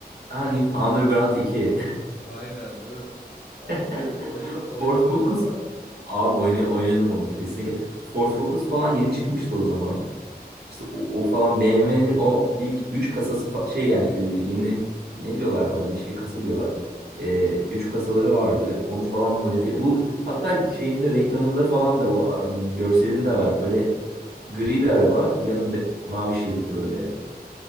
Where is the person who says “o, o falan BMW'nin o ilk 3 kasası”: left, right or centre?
Right